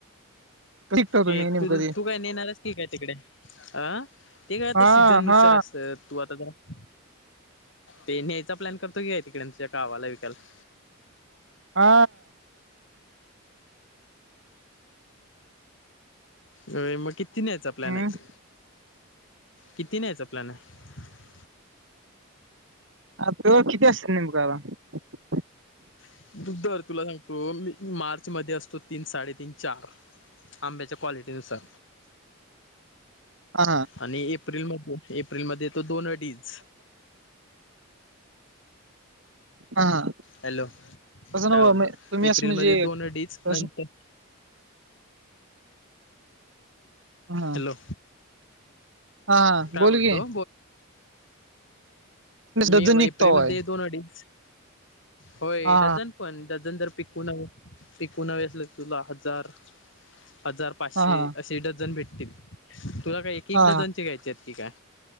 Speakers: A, on the right; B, on the left.
A: शिकता
B: हे
A: तुम्ही नेमकं
B: तुझ
A: ते
B: तू काय नेणारस की काय तिकडे अं ते काय आता
A: हा
B: सीझन नुसार
A: हा
B: असत तू आता जरा ते न्यायचा प्लॅन करतो घे तिकडे तच्या गावाला विकायला
A: हा
B: अ मग किती न्यायचा प्लॅन
A: हम्
B: आहे किती नायचा प्लॅन हाय
A: आपल्याकड किती असतात नेमकाला आता
B: आहे दर तुला सांगतो मार्च मध्ये असतो तीन साडेतीन चार आंब्याच्या क्वालिटी नुसार
A: हा
B: आणि एप्रिल म एप्रिल मध्ये तो दोन अडीज,
A: हा हा
B: हॅलो
A: तसं नव्ह
B: काय बोलतो
A: म तुम्ही
B: एप्रिलमध्ये
A: असं म्हणजे
B: दोन अडीच
A: प्रश्न
B: नंतर,
A: हा
B: हॅलो,
A: हा हा
B: काय
A: बोल
B: बोलतो
A: की, डझन
B: मी
A: निघता
B: वई प्रेमल
A: होय
B: तेे दोन अडीच. होय
A: हा
B: डझन पण डझन तर, पिकोणास एकोणावेसल तुला हजार, हजार पाचशे
A: हा हा
B: असे डझन भेटतील तुला काय एक एक
A: हा
B: डझनचे घ्यायचे आहेत की काय?